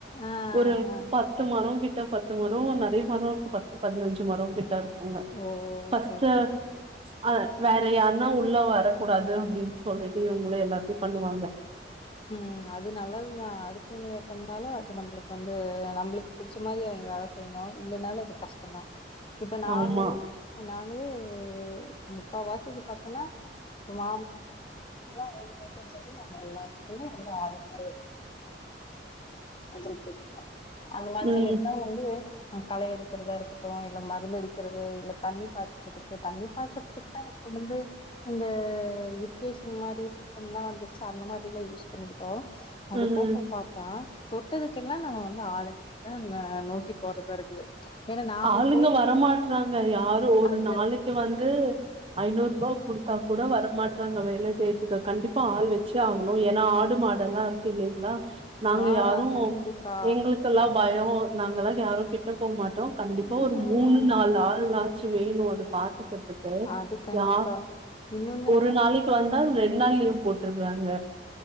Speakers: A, on the left; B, on the right.
A: ஆ
B: ஒரு
A: ஆ
B: பத்து மரோ கிட்ட பத்து மரோ நெறைய மரோ இருக்கு பத்து பதினஞ்சு மரோ கிட்ட உங்க
A: ஓ
B: ஃபஸ்ட்டு
A: ஓகே ஓகே
B: அ வேற யாருன்னா உள்ள வரக்கூடாது அப்டின்னு சொல்லிட்டு இவங்களு எல்லாத்தியு பண்ணுவாங்க
A: ம் அது நல்லதுதா அடுத்தவங்கள விட்டம்னால அது நம்மளுக்கு வந்து நம்மளுக்கு புடிச்ச மாரி அவிங்க வேல செய்யணு இல்லனாலு அது கஷ்டோதா இப்ப நாங்களே
B: ஆமா
A: நாங்களே முக்கா வாசிக்கு பாத்தனா ம <inaudible> எல்லாத்துக்குமே வந்து ஆளுங்க இருக்க <inaudible> அந்த மஞ்சள்
B: ம்
A: இருந்தா வந்து கள எடுக்கறதா இருக்கட்டு இல்ல மருந்து அடிக்கிறது இல்ல தண்ணி பாய்ச்சிறதுக்கு தண்ணி பாச்சிறதுக்கு தா இப்ப வந்து அந்த இரிகேஷன் மாரி சிஸ்டம்லா வந்துச் ச அந்த மாரில்லா யூஸ் பண்ணிக்கிட்டோ அது
B: ம்
A: போக பாத்தா சொட்டதுக்கெல்லா நம்ம வந்து ஆளுங்களேதா நோக்கி போறதா இருக்குது ஏன்னா நாம
B: ஆளுங்க
A: போய்
B: வரமாட்றாங்க யாரு ஒரு
A: அது
B: நாளைக்கு
A: கரெக்ட்
B: வந்து ஐநூர்பா குடுத்தா கூட வரமா ச்சா அங்க வேல செய்யதுக்கு கண்டிப்பா ஆள் வச்சே ஆகணு ஏன்னா ஆடு மாடு எல்லா இருக்கீங்கியில்லையா நாங்க
A: ஆஹ்
B: யாரு
A: கண்டிப்பா
B: எங்களுக்கு இப்பல்லா பயோ நாங்கலா யாரு கிட்ட போ மாட்டோ கண்டிப்பா
A: உம்
B: ஒரு
A: உம்
B: மூணு நாலு ஆளு ச்சு வேணு அது பாத்துக்கத்துக்கு
A: அது கண்டிப்பா
B: யா
A: இன்னொன்னு
B: ஒரு நாளை க்கு வந்தா ரெண்டு நாள் லீவ் போட்டுட்றாங்க